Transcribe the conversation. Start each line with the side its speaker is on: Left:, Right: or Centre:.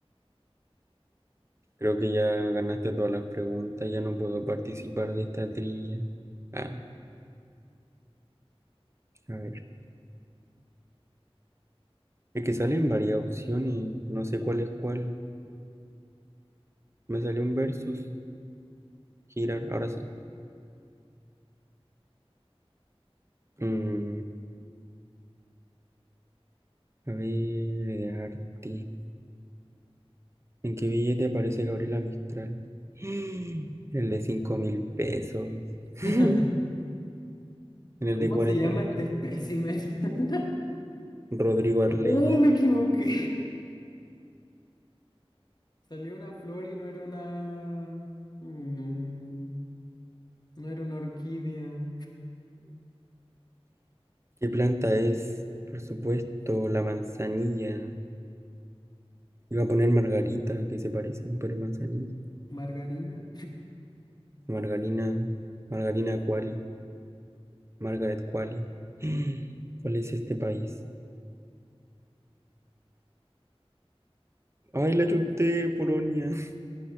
Right: Creo que ya ganaste todas las preguntas. Ya no puedo participar de esta trilla. Ah, a ver. Es que salen varias opciones. No sé cuál es cuál. Me salió un versus. Girar. Ahora sí. Mm, A ver, de arte. ¿En qué billete aparece Gabriela Mistral? En el de cinco mil pesos. <laughs>
Left: <laughs>
Right: En el
Left: ¿Cómo
Right: de cuarenta.
Left: se llama
Right: lucas.
Left: este espécimen? <laughs>
Right: Rodrigo Arlegui.
Left: ¡Oh, me equivoqué! <laughs> Salió una flor y no era una... mm, no era una orquídea.
Right: ¿Qué planta es? Por supuesto, la manzanilla. Iba a poner margarita, que se parecen, pero es manzanilla.
Left: ¿Margarina?
Right: Margarina, Margarina Quali, Margaret Quali. <gasps> ¿Cuál es este país? Ay, la chuté, Polonia.